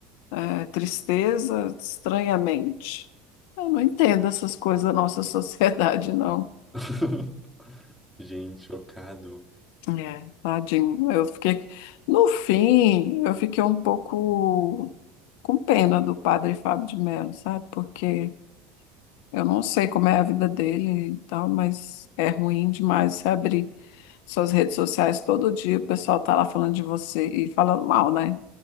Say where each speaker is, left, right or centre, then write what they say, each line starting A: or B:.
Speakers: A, on the left; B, in the centre.
A: é, tristeza estranhamente. Eu não entendo essas coisas da nossa <laughs> sociedade, não.
B: <laughs> Gente, chocado.
A: É, tadinho. Eu fiquei, no fim, eu fiquei um pouco com pena do padre Fábio de Melo, sabe? Porque Eu não sei como é a vida dele e tal, mas é ruim demais você abrir suas redes sociais todo dia, o pessoal tá lá falando de você e falando mal, né?